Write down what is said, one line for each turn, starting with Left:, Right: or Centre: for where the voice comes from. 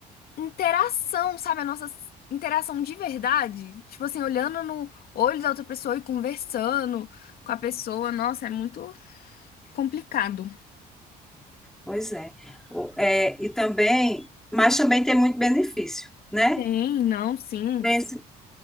Left: interação, sabe? A nossa s- interação de verdade. Tipo assim, olhando no olho da outra pessoa e conversando com a pessoa. Nossa, é muito. Complicado.
Centre: Pois é. O- é, E também, mas também tem muito benefício, né?
Left: Tem, não, sim,
Centre: Conheci-